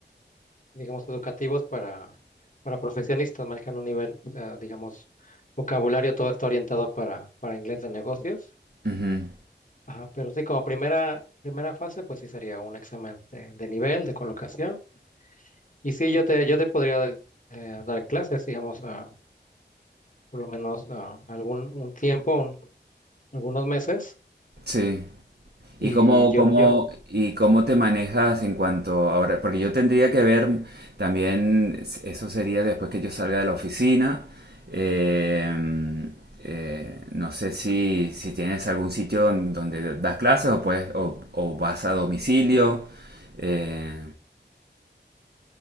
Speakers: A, on the left; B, on the right.
A: digamos, educativos para, para profesionistas, manejan un nivel, o sea, digamos, vocabulario, todo está orientado para, para inglés de negocios.
B: Ujú,
A: Ajá, pero sí, como primera, primera fase, pues sí sería un examen de, de nivel, de colocación. Y sí, yo te, yo te podría eh, dar clases, digamos, ah, por lo menos ah, algún un tiempo, un- algunos meses.
B: Sí.
A: Y
B: ¿Y cómo,
A: yo,
B: cómo,
A: yo
B: y cómo te manejas en cuanto ahora? Porque yo tendría que ver también, es- eso sería después que yo salga de la oficina. eh, eh, no sé si, si tienes algún sitio don- donde das clases o, puedes, o, o vas a domicilio. eh,